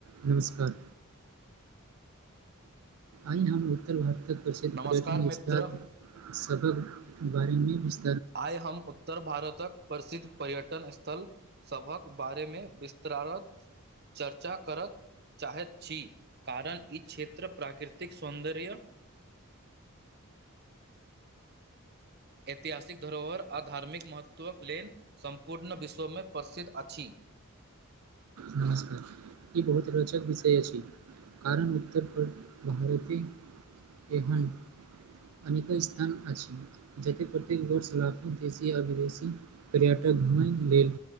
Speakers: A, on the right; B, on the right.
A: नमस्कार। आइ हम उत्तर भारतक प्रसिद्ध
B: नमस्कार
A: पर्यटन
B: मित्र
A: स्थल सभक बारेमे विस्तार
B: आइ हम उत्तर भारतक प्रसिद्ध पर्यटन स्थल सभक बारेमे विस्तारक चर्चा करत चाहैत छी। कारण ई क्षेत्र प्राकृतिक सौन्दर्य ऐतिहासिक धरोहर आ धार्मिक महत्त्वक लेलन सम्पूर्ण विश्वमे प्रसिद्ध अछि।
A: नमस्कार ई बहुत रोचक विषय अछि। कारण उत्तर भारत एहन अनेक स्थान अछि। जतेक प्रत्येक वर्ष लाखो देशी आओर विदेशी पर्यटक घुमैके लेल।